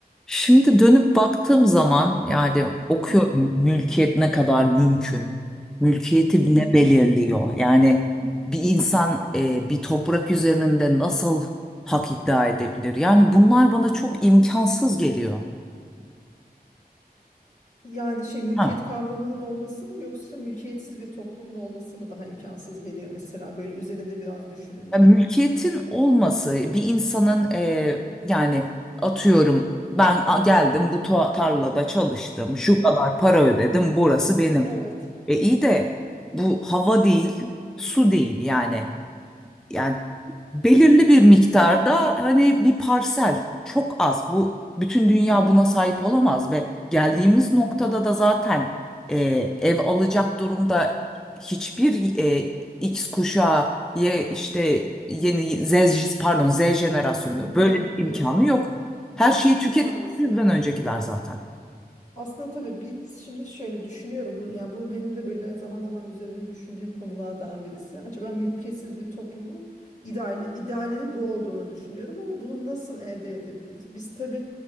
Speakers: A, in the centre; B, on the left.
A: Şimdi dönüp baktığım zaman yani okuyorum
B: Hı hı,
A: mülkiyet ne kadar mümkün. Mülkiyeti
B: hı
A: ne
B: hı.
A: belirliyor? Yani bir insan e, bir toprak üzerinde nasıl hak iddia edebilir? Yani bunlar bana çok imkansız geliyor.
B: Yani şey mülkiyet
A: Ha.
B: kavramının olması mı yoksa mülkiyetsiz bir toplumun olması mı daha imkansız geliyor mesela böyle üzerinde biraz düşününce.
A: Ya mülkiyetin olması bir insanın e, yani atıyorum ben a- geldim bu ta- tarlada çalıştım şu
B: Hı hı,
A: kadar para ödedim burası benim.
B: evet.
A: E iyi de bu hava değil su değil yani. Yani belirli bir miktarda hani bir parsel çok az. Bu bütün dünya buna sahip olamaz ve geldiğimiz noktada da zaten e, ev alacak durumda hiçbir e, X kuşağı ye işte yeni Z j- pardon Z jenerasyonu
B: z
A: böyle bir imkanı
B: evet
A: yok. Her şeyi tüket
B: maalesef.
A: bizden öncekiler zaten.
B: Aslında tabii biz şimdi şöyle düşünüyorum. Bu, yani bu benim de böyle zaman zaman üzerine düşündüğüm konulardan birisi. Acaba mülkiyetsiz bir toplumu ideali, idealinin bu olduğunu düşünüyorum ama bunu nasıl elde edebiliriz? Biz tabii